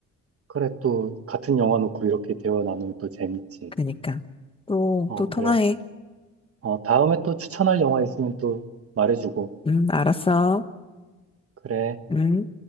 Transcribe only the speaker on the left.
그러니까. 또,
또 통화해.
음 알았어.
음